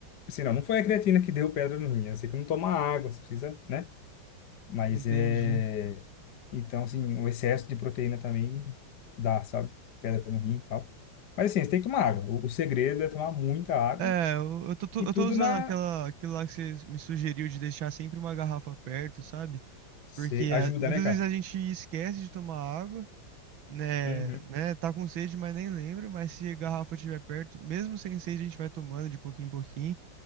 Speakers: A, on the left; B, on the right.
A: Assim, não, não foi a creatina que deu pedra no rim. é Assim, que não toma água, você precisa, né? Mas
B: Entendi.
A: é. Então, assim, o excesso de proteína também dá, sabe? Pedra no rim e tal. Mas, assim, você tem que tomar água. O, o segredo é tomar muita água
B: É, eu eu tô, tô-
A: e
B: eu
A: tudo
B: tô usando
A: na.
B: aquela, aquilo lá que você me sugeriu de deixar sempre uma garrafa perto, sabe?
A: Cê-
B: Porque
A: Ajuda,
B: a- muitas
A: né, cara?
B: vezes a gente esquece de tomar água, né,
A: Uhum.
B: né? Tá com sede, mas nem lembra. Mas se a garrafa estiver perto, mesmo sem sede, a gente vai tomando de pouquinho em pouquinho.